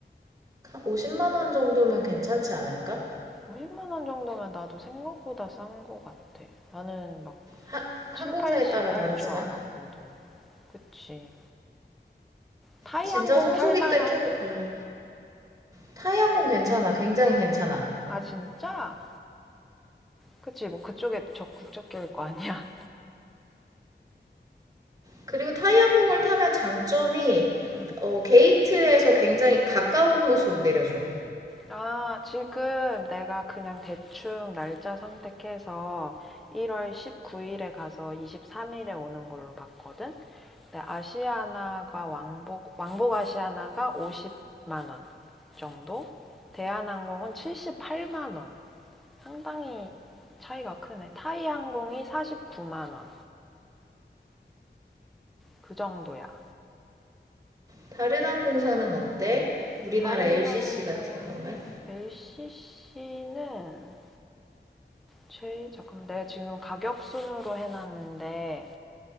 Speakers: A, on the right; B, in the centre.
A: 50만 원 정도면 괜찮지 않을까?
B: 50만 원 정도면 나도 생각보다 싼 거 같아. 나는 막
A: 하, 항공사에
B: 7, 80
A: 따라
B: 할
A: 다르지만
B: 줄 알았거든. 그치. 타이
A: 진짜
B: 항공
A: 성수기
B: 탈만하니?
A: 때 태국 가려 타이항공 괜찮아 굉장히 괜찮아
B: 아 진짜? 그치 뭐 그쪽에 적 국적계일 거 아니야.
A: 그리고 타이항공을 타면 장점이
B: <laughs> 음.
A: 어, 게이트에서 굉장히 가까운 곳으로 내려줘.
B: 아, 지금 내가 그냥 대충 날짜 선택해서 1월 19일에 가서 23일에 오는 걸로 봤거든. 근데 아시아나가 왕복 왕복 아시아나가 50만 원 정도. 대한항공은 78만 원. 상당히 차이가 크네. 타이항공이 49만 원. 그 정도야.
A: 다른 항공사는 어때? 우리나라
B: 다른
A: LCC
B: 항공
A: 같은 경우에?
B: LCC는 제 잠깐만 내가 지금 가격 순으로 해놨는데